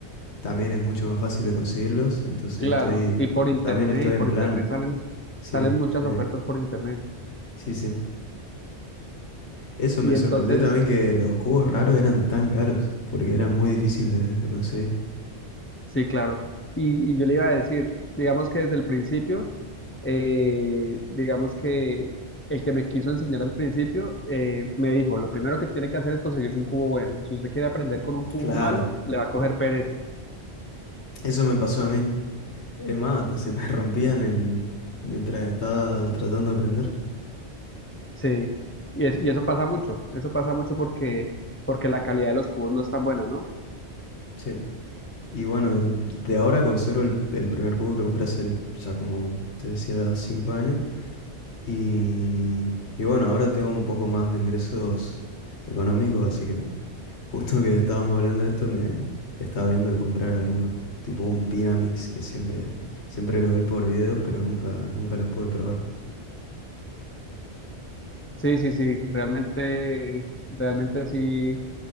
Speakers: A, on the left (about 80°); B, on the left (about 15°).
A: también es mucho más fácil de conseguirlos, entonces
B: claro.
A: estoy,
B: Y por internet,
A: también estoy
B: y por
A: en plan.
B: internet salen,
A: Sí,
B: salen muchas
A: estoy-
B: ofertas por internet.
A: sí, sí. Eso me
B: Y entonces,
A: sorprendió también que los cubos raros eran tan caros, porque eran muy difíciles de, de conseguir.
B: sí, claro. Y, y yo le iba a decir, digamos que desde el principio, eh, digamos que el que me quiso enseñar al principio, eh, me dijo, lo primero que tiene que hacer es conseguirse un cubo bueno. Si usted quiere aprender con un cubo
A: Claro,
B: malo, le va a coger pereza.
A: eso me pasó a mí. Es más, hasta se me <laughs> rompían el... mientras estaba tratando de aprender.
B: Sí, y, es- y eso pasa mucho, eso pasa mucho porque, porque la calidad de los cubos no es tan buena, ¿no?
A: Sí. Y bueno, de ahora conservo el, el primer cubo que compré hace, ya como te decía, cinco años. Y, y bueno, ahora tengo un poco más de ingresos económicos, así que Justo que estábamos hablando de esto, me estaba viendo de comprar algunos, tipo un Pyramix que siempre, siempre los vi por videos, pero nunca, nunca los pude probar.
B: Sí, sí, sí, realmente, realmente sí,